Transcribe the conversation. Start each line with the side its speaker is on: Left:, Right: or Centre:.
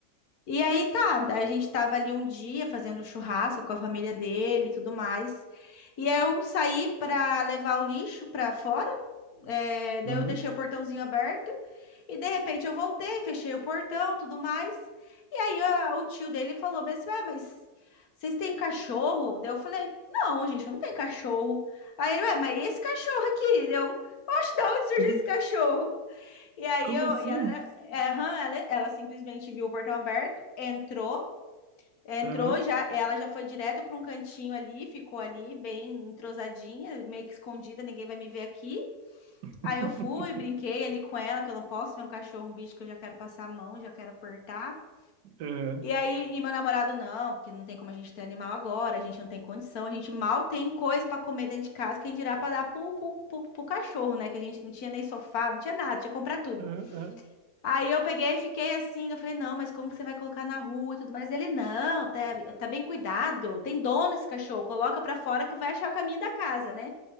Left: E aí tá, a gente tava ali um dia fazendo churrasco com a família dele e tudo mais. E aí eu saí pra levar o lixo pra fora, é, daí
Right: Uhum.
Left: eu deixei o portãozinho aberto. E de repente eu voltei, fechei o portão, tudo mais. E aí a- o tio dele falou, mas, ué, mas vocês têm cachorro? Daí eu falei, não, gente, não tem cachorro. Aí ele, ué, mas e esse cachorro aqui? Daí eu, oxe, da onde surgiu
Right: Uhum.
Left: esse cachorro? E aí
Right: Como
Left: eu,
Right: assim?
Left: e ela, era, aham, ela, ela simplesmente viu o portão aberto, entrou, entrou
Right: Aham.
Left: já, ela já foi direto para um cantinho ali, ficou ali bem entrosadinha, meio que escondida, ninguém vai me ver aqui.
Right: <laughs>
Left: Aí eu fui, brinquei ali com ela, que eu não posso ver um cachorro, um bicho que eu já quero passar a mão, já quero apertar.
Right: Aham.
Left: E aí, e meu namorado, não, porque não tem como a gente ter animal agora, a gente não tem condição, a gente mal tem coisa para comer dentro de casa, quem dirá para dar pro, pro, pro, pro cachorro, né? Que a gente não tinha nem sofá, não tinha nada, tinha que comprar tudo.
Right: Aham. Aham.
Left: Aí eu peguei e fiquei assim, eu falei, não, mas como que você vai colocar na rua e tudo mais? Ele, não, tá, tá bem cuidado, tem dono esse cachorro, coloca pra fora que vai achar o caminho da casa, né?